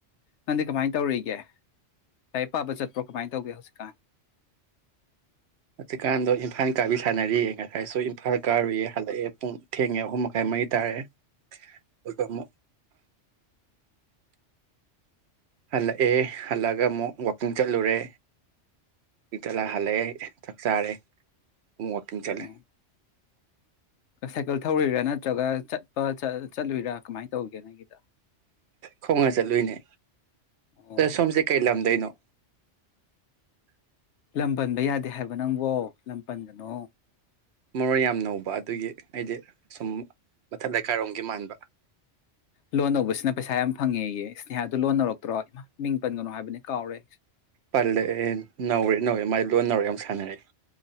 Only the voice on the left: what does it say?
ꯅꯪꯗꯤ ꯀꯃꯥꯏꯅ ꯇꯧꯔꯤꯒꯦ ꯂꯥꯏꯔꯤꯛ ꯄꯥꯕ ꯆꯠ ꯑ꯭ꯔꯣ ꯀꯃꯥꯏꯅ ꯇꯧꯒꯦ ꯍꯧꯖꯤꯛꯀꯥꯟ
ꯑꯣ ꯁꯥꯏꯀꯜ ꯊꯧꯔꯔꯤꯔꯥ ꯅꯠꯇ꯭ꯔꯒ ꯆꯠꯄ ꯆꯠꯂꯨꯔꯥ ꯀꯃꯥꯏꯅ ꯇꯧꯒꯦ ꯅꯪꯒꯤꯗ
ꯑꯣ
ꯂꯝ ꯄꯟꯕ ꯌꯥꯗꯦ ꯍꯥꯏꯕ ꯅꯪꯕꯣ ꯂꯝ ꯄꯗꯅꯣ
ꯂꯣꯟ ꯂꯧꯕꯁꯤꯅ ꯄꯩꯁꯥ ꯌꯥꯝ ꯐꯪꯉꯦꯌꯦ ꯏꯁꯅꯦꯍꯥꯗꯨ ꯂꯣꯟ ꯅꯧꯔꯛꯇ꯭ꯔꯣ ꯏꯃꯥ ꯃꯤꯡ ꯄꯟꯒꯅꯣ ꯍꯥꯏꯕꯅꯦ ꯀꯥꯎꯔꯦ